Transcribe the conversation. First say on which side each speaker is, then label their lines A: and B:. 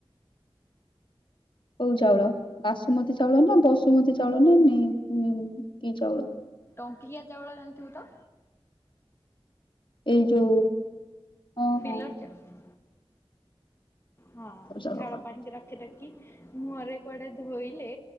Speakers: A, on the left (about 60°); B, on the left (about 25°).
A: କଉ ଚାଉଳ ବାସୁମତୀ ଚାଉଳ ନା ବସୁମତୀ ଚାଉଳ ନା ମେ କି ଚାଉଳ?
B: ଟଙ୍କିଖିଆ ଚାଉଳ ଜାଣିଥିବୁ ତ
A: ଏଇ ଯୋଉ ହଁ
B: ଡିଲର
A: ହଁ
B: ଚାଉଳ ହଁ
A: ଜଗନ୍ନାଥ
B: ଚାଉଳ ପାଣି କି ରଖି ରଖି ମୁହଁରେ କୁଆଡେ ଧୋଇଲେ